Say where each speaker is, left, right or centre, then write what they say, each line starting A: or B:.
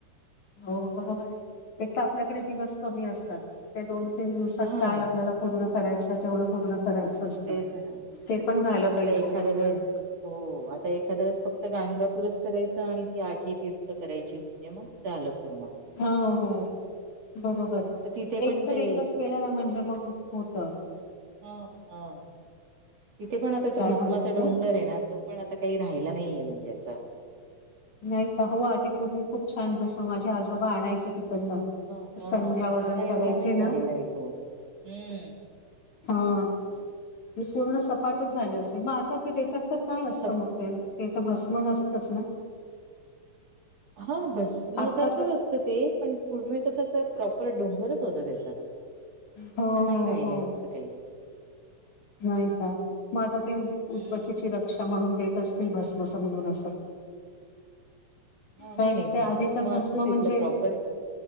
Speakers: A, on the left; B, on the right.
A: हो बरोबर आहे एक तर आपल्याकडे दिवस कमी असतात ते दोन तीन दिवसात
B: हा
A: काय आपल्याला पूर्ण करायच तेवढं पूर्ण करायचं असतं
B: तेच ना.
A: ते पण झालं
B: मग
A: पाहिजे
B: आता एखाद्या
A: बरोबर.
B: वेळेस हो. आता एखाद्या वेळेस फक्त गाणगापूरच करायचं आणि ती आठ ही तीर्थ करायची म्हणजे मग झालं पूर्ण.
A: हा हो बरोबर
B: तर तिथे पण
A: एक तर
B: ते
A: एकच केलं ना म्हणजे मग होत.
B: हा हा. तिथे पण आता तो
A: काय
B: भस्माचा
A: म्हणत होत्या
B: डोंगर आहे ना तो पण आता काही राहिला नाहीे म्हणजे असं.
A: नाही का हो आधी पूर्वी खूप छान भस माझे आजोबा आणायचे तिकडनं.
B: ह
A: संध्या वगैरे
B: आता
A: करायचे
B: एवढा नाही
A: ना
B: राहिलाय तो हम्म.
A: हा ते पूर्ण सपाटच झालं असेल मग आता ते देतात? तर काय
B: सप
A: असतं मग ते ते इथं भस्म असतच ना?
B: हा भस्मसारखंच
A: आता तर
B: असतं ते पण पूर्वी कस अस प्रॉपर डोंगरच होता त्याचा.
A: हो
B: आता नाही
A: हो
B: राहिलय
A: हो
B: तसं काही.
A: नाही काय मग आता ते
B: हम्म
A: उदबत्तीची रक्षा म्हणून देत असतील भस्म समजून असं.
B: हा नाही
A: कारण
B: नाही
A: ते
B: भ-
A: आदिता भस्म
B: असतं तिथलं
A: म्हणजे
B: प्रॉपर